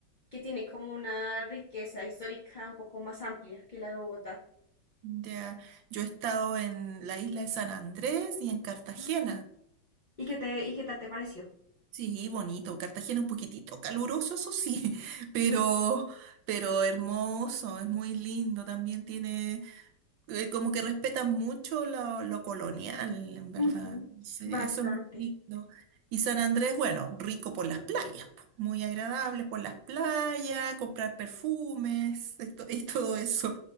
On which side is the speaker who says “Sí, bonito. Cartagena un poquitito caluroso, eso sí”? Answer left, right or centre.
Right